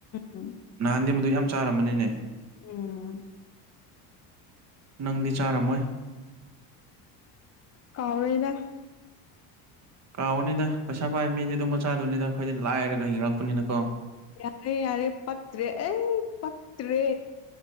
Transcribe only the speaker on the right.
ꯅꯍꯥꯟꯗꯤ ꯃꯗꯨ ꯌꯥꯝ ꯆꯥꯔꯝꯕꯅꯤꯅꯦ
ꯅꯪꯗꯤ ꯆꯥꯔꯝꯃꯣꯏ
ꯀꯥꯎꯋꯅꯤꯅ ꯄꯩꯁꯥ ꯄꯥꯏ ꯃꯤꯅꯤ ꯑꯗꯨꯝ ꯃꯆꯥꯗꯨꯅꯤꯗ ꯑꯩꯈꯣꯏꯗꯤ ꯂꯥꯏꯔꯒ ꯍꯡꯉꯛꯄꯅꯤꯅꯀꯣ